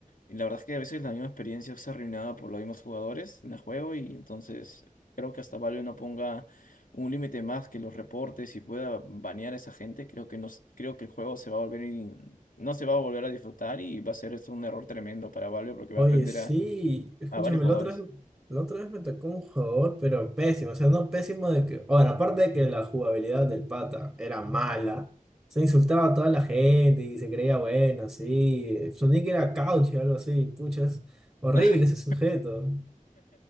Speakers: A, on the left; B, on the right.
A: Y la verdad es que a veces la misma experiencia es arruinada por los mismos jugadores en el juego y entonces creo que hasta Valve no ponga un límite más que los reportes y pueda banear a esa gente, creo que no, s- creo que el juego se va a volver in- no se va a volver a disfrutar y va a ser esto un error tremendo para Valve porque
B: Oye,
A: va a aprender
B: sí,
A: a,
B: escúchame,
A: a varios jugadores.
B: la otra vez, la otra vez me tocó un jugador, pero pésimo, o sea, no pésimo de que, bueno, aparte de que la jugabilidad del pata era mala, se insultaba a toda la gente y se creía bueno, sí, su nick era Couch o algo así, pucha, es horrible
A: <laughs>
B: ese sujeto,